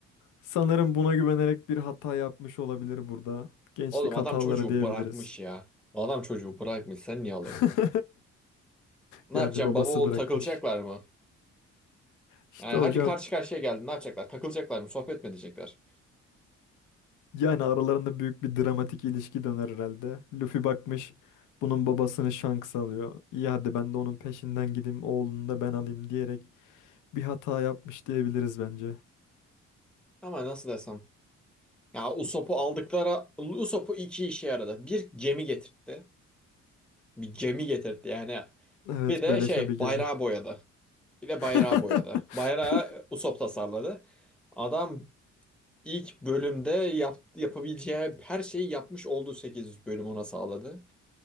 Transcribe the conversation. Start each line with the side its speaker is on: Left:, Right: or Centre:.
Left: Sanırım buna güvenerek bir hata yapmış olabilir burada. Gençlik
Centre: Oğlum adam
Left: hataları
Centre: çocuğu
Left: diyebiliriz.
Centre: bırakmış ya. Adam çocuğu bırakmış sen niye alıyorsun?
Left: <laughs>
Centre: Ne
Left: Yani
Centre: yapacaksın
Left: babası
Centre: baba oğul
Left: bırakmış.
Centre: takılacaklar mı?
Left: İşte
Centre: Yani hadi
Left: hocam
Centre: karşı karşıya geldin ne yapacaklar? Takılacaklar mı? Sohbet mi edecekler?
Left: Yani aralarında büyük bir dramatik ilişki döner herhalde. Luffy bakmış bunun babasını Shanks alıyor. İyi hadi ben de onun peşinden gideyim oğlunu da ben alayım diyerek bir hata yapmış diyebiliriz bence.
Centre: Ama nasıl desem. Ya Usopp'u aldıkları... Usopp'u iki işe yaradı. Bir gemi getirtti. Bir gemi getirtti yani.
Left: Evet
Centre: Bir de
Left: beleşe
Centre: şey
Left: bir gemi.
Centre: bayrağı boyadı. Bir de
Left: <laughs>
Centre: bayrağı boyadı. Bayrağı Usopp tasarladı. Adam ilk bölümde yap, yapabileceği her şeyi yapmış oldu 8 bölüm ona sağladı.